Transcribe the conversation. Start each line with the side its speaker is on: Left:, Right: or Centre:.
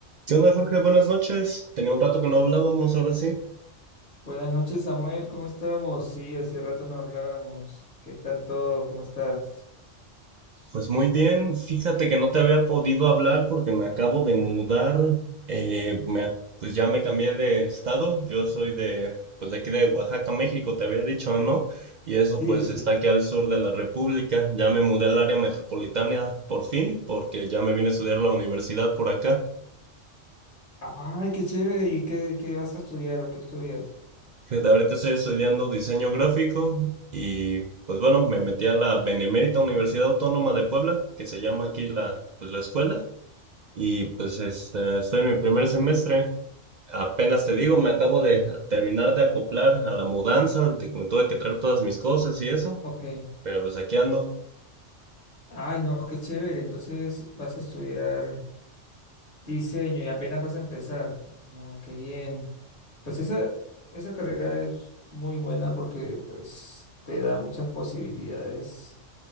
Right: ¿Qué onda, Jorge? Buenas noches. Tenía un rato que no hablábamos, ahora sí.
Left: Buenas noches, Samuel. ¿Cómo estamos? Sí, hace rato no hablábamos. ¿Qué tal todo? ¿Cómo estás?
Right: Pues muy bien. Fíjate que no te había podido hablar porque me acabo de mudar. Eh, me- pues ya me cambié de estado. Yo soy de, pues de aquí de Oaxaca, México, te había dicho, ¿no? Y eso
Left: Sí,
Right: pues
Left: sí.
Right: está aquí al sur de la República. Ya me mudé al área metropolitana por fin porque ya me vine a estudiar a la universidad por acá.
Left: Ay, qué chévere. ¿Y qué, qué vas a estudiar o qué estudias?
Right: Fíjate, ahorita estoy estudiando diseño gráfico y pues bueno, me metí a la Benemérita Universidad Autónoma de Puebla, que se llama aquí la, pues, la escuela, y pues este, estoy en mi primer semestre. Apenas te digo, me acabo de terminar de acoplar a la mudanza, de que me tuve que traer todas mis cosas y eso,
Left: Ok.
Right: pero pues aquí ando.
Left: Ay, no, qué chévere. Entonces vas a estudiar diseño y apenas vas a empezar. No, qué bien. Pues esa, esa carrera es muy buena porque pues te da muchas posibilidades